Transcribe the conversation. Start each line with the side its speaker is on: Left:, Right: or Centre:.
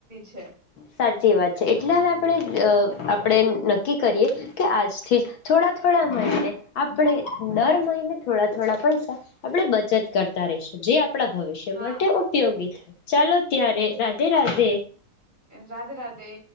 Right: છે
Left: સાચી વાત છે. એટલે હવે આપણે અહ આપણે નક્કી કરીએ કે આજથી જ થોડા થોડા મહિને આપણે દર મહિને થોડા થોડા પૈસા આપણે બચત કરતા રહીશું. જે આપ ણા ભવિષ્ય
Right: હા
Left: માટે ઉપયોગી થાય. ચાલો ત્યારે રાધે રાધે.
Right: એમ રાધે રાધે.